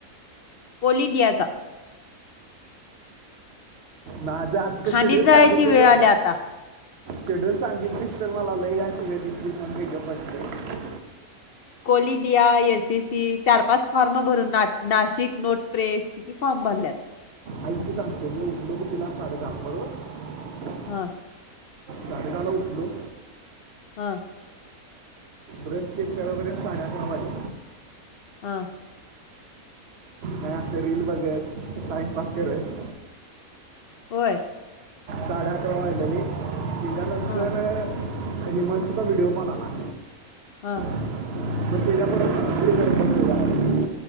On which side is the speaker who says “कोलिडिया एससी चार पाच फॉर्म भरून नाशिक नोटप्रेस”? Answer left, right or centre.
Left